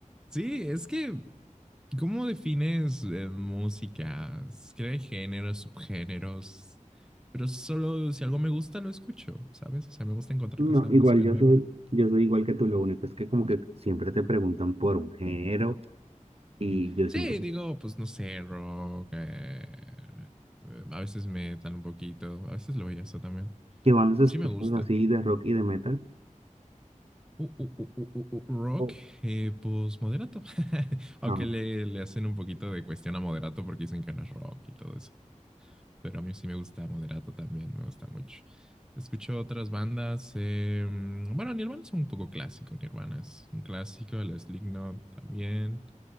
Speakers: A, in the centre; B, on the right (about 50°).
A: Sí, es que, ¿cómo defines eh, música? Creo que hay géneros, subgéneros, pero solo si algo me gusta lo escucho, ¿sabes? O sea, me gusta encontrar
B: No,
A: cosas, música
B: igual yo
A: nueva.
B: soy, yo soy igual que tú, lo único es que como que siempre te preguntan por un género y yo
A: Sí,
B: siempre
A: digo, pues no sé, rock. eh, eh, a veces metal un poquito, a veces lo oigo eso también.
B: que van los escuchas
A: Sí me gusta.
B: así de rock y de metal.
A: Uh, uh, uh, uh, uh, uh, uh, rock,
B: o
A: eh, pues moderato. <laughs> Aunque
B: ah,
A: le, le hacen un poquito de cuestión a moderato porque dicen que no es rock y todo eso. Pero a mí sí me gusta moderato también, me gusta mucho. Escucho otras bandas. eh, mm, bueno, Nirvana es un poco clásico, Nirvana es un clásico, el Slipknot también.